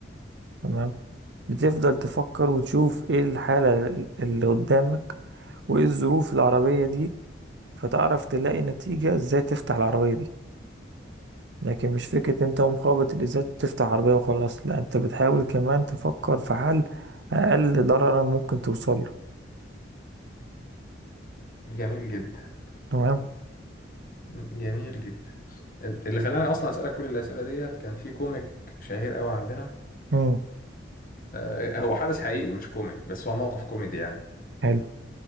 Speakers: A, on the right; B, on the left.
A: تمام بتفضل تفكر وتشوف ايه الحالة اللي قدامك وايه الظروف العربية دي فتعرف تلاقي نتيجة ازاي تفتح العربية دي لكن مش فكرة انت ومخابط الازاز بتفتح عربية وخلاص لا انت بتحاول كمان تفكر في حل اقل ضررا ممكن توصل له
B: جميل جدا
A: تمام
B: مم. جميل جدا اللي خلاني اصلا اسألك كل الاسئلة ديت كان في كوميك شهير قوي عندنا
A: امم
B: آه هو حدث حقيقي مش كوميك بس هو موقف كوميدي يعني
A: حلو